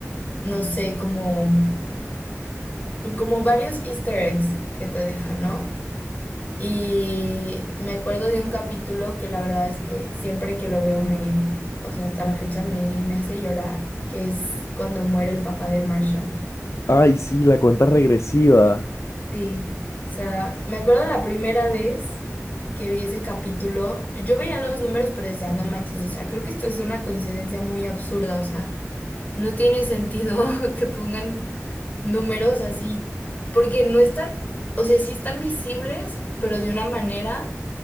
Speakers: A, on the left (about 35°); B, on the left (about 65°).
A: no sé, cómo como varios easter eggs que te dejan, ¿no? Y me acuerdo de un capítulo que la verdad es que siempre que lo veo me, o sea, hasta la fecha me, me hace llorar, que es cuando muere el papá de Marshall.
B: Ay, sí, la cuenta regresiva.
A: Sí, o sea, me acuerdo la primera vez que vi ese capítulo, yo veía los números pero decía, no manches, o sea, creo que esto es una coincidencia muy absurda, o sea, no tiene sentido <laughs> que pongan numerosas y porque no están, o sea, sí están visibles, pero de una manera